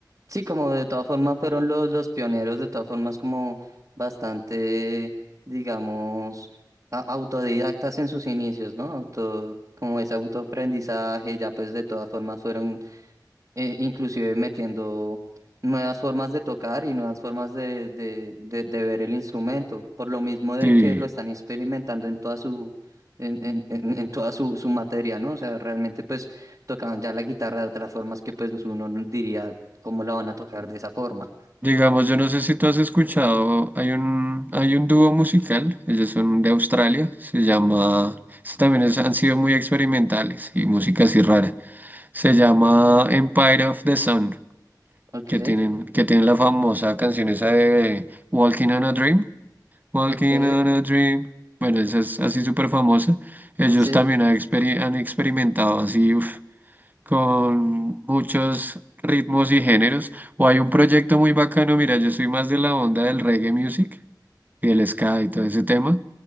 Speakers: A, on the right; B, on the right.
A: Sí, como de todas formas fueron los, los pioneros, de todas formas como bastante, digamos, a- autodidactas en sus inicios, ¿no? Auto, como ese autoaprendizaje, ya pues de todas formas fueron eh, inclusive metiendo nuevas formas de tocar y nuevas formas de, de, de, de ver el instrumento, por lo mismo de
B: Sí.
A: que lo están experimentando en toda su, en, en, en- en toda su, su materia, ¿no? O sea, realmente pues tocaban ya la guitarra de otras formas que pues uno no diría cómo la van a tocar de esa forma.
B: Digamos, yo no sé si tú has escuchado, hay un, hay un dúo musical, ellos son de Australia, se llama, estos también es- han sido muy experimentales y música así rara. Se llama Empire of the Sun,
A: Ok,
B: que tienen, que tienen la famosa canción esa de Walking on a Dream. Walking
A: ok,
B: on a Dream. Bueno, esa es así súper famosa. Ellos
A: sí,
B: también han, experi- han experimentado así uf, con muchos ritmos y géneros. O hay un proyecto muy bacano, mira, yo soy más de la onda del reggae music y el ska y todo ese tema.